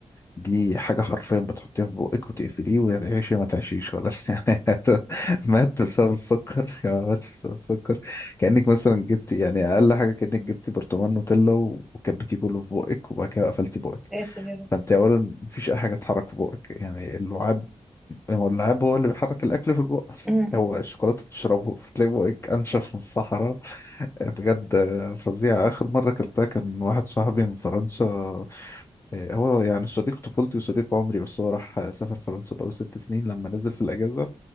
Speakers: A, on the left; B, in the centre.
A: دي حاجة حرفيا بتحطيها في بقك وتقفليه وتعيشي ما تعيشيش خلاص <laughs> يعني هت- مات بسبب السكر <laughs> يا ما ماتش بسبب السكر كأنك مثلا جبتي يعني أقل حاجة كأنك جبتي برطمان نوتيلا و- وكبتيه كله في بقك وبعد كده قفلتي بقك
B: يا ساتر يا رب
A: فأنت أولا مفيش أي حاجة تتحرك في بقك يعني اللعاب هو اللعاب هو اللي بيحرك الأكل في البق
B: م- م.
A: هو الشوكولاتة بتشربه فتلاقي بقك أنشف من الصحراء بجد فظيع آخر مرة أكلتها كان واحد صاحبي من فرنسا إيه، هو يعني صديق طفولتي وصديق عمري بس هو راح سافر فرنسا بقاله ست سنين لما نزل في الأجازة